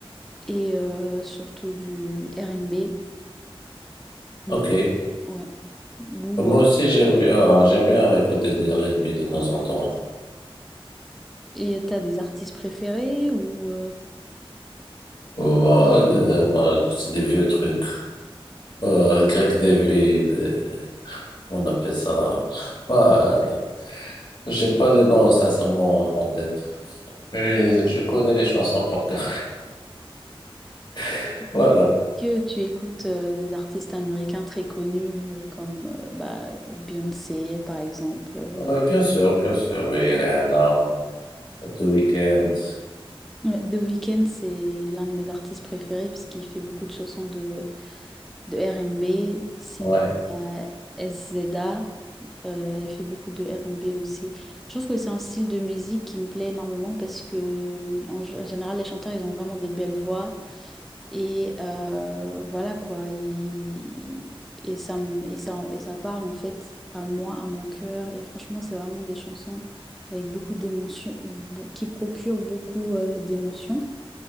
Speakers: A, in the centre; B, on the left.
A: et euh, surtout du R&B. Donc
B: Ok.
A: ouais. Ou,
B: Moi
A: euh,
B: aussi, j'aime bien, euh, j'aime bien écouter des R&B de temps en temps.
A: et t'as des artistes préférés ou euh,
B: Moi, euh, moi, c'est des vieux trucs. Euh, Greg David, euh, on appelle ça. Voilà. J'ai pas de nom, sincèrement, en tête. Mais je connais des chansons par cœur. <laughs>
A: <laughs>
B: Voilà.
A: mais que tu écoutes euh, des artistes américains très connus euh, comme euh, bah, Beyoncé par exemple. euh,
B: Euh, bien sûr, bien sûr, oui, Rihanna, euh, The Weeknd,
A: Ouais, The Weeknd, c'est l'un de mes artistes préférés parce qu'il fait beaucoup de chansons de, de R&B. Sinon,
B: ouais,
A: il y a SZA, euh, elle fait beaucoup de R&B aussi. Je trouve que c'est un style de musique qui me plaît énormément parce que, en, g- en général, les chanteurs, ils ont vraiment des belles voix. Et euh, voilà quoi. ils- et, ça, me- et, ça, et ça parle en fait à moi, à mon cœur. Et franchement, c'est vraiment des chansons avec beaucoup d'émotions, qui procurent beaucoup euh, d'émotions.